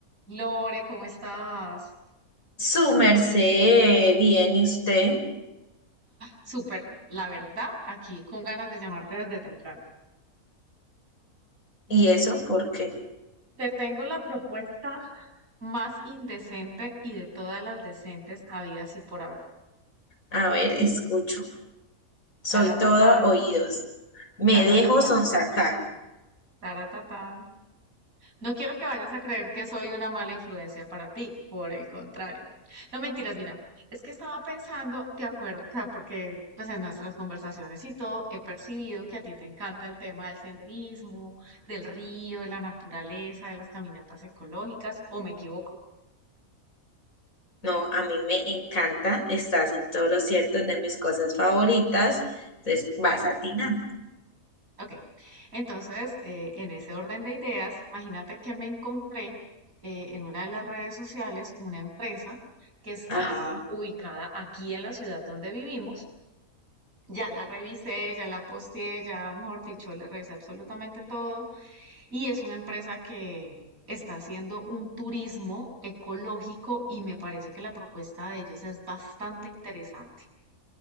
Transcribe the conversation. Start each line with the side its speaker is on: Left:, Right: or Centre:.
Right: Lore, ¿cómo estás?
Left: Su merced, bien, ¿y usted?
Right: Súper, la verdad, aquí con ganas de llamarte desde temprano.
Left: ¿Y eso por qué?
Right: Te tengo la propuesta más indecente y de todas las decentes habidas y por haber.
Left: A ver, escucho. Soy
Right: Taratatán,
Left: toda oídos. Me
Right: taratatán,
Left: dejo sonsacar.
Right: taratatán. No quiero que vayas a creer que soy una mala influencia para ti, por el contrario. No mentiras, mira, es que estaba pensando, ¿te acuerdas? O sea, porque pues en nuestras conversaciones y todo he percibido que a ti te encanta el tema del senderismo, del río, de la naturaleza, de las caminatas ecológicas, ¿o me equivoco?
Left: No, a mí me encanta. Estás en todos los ciertos de mis cosas favoritas. Entonces vas atinando.
Right: Ok, entonces eh, en ese orden de ideas, imagínate que me encontré eh, en una de las redes sociales una empresa que está
Left: Ajá.
Right: ubicada aquí en la ciudad donde vivimos Ya la revisé, ya la posteé, ya, mejor dicho, le revisé absolutamente todo. Y es una empresa que está haciendo un turismo ecológico y me parece que la propuesta de ellos es bastante interesante.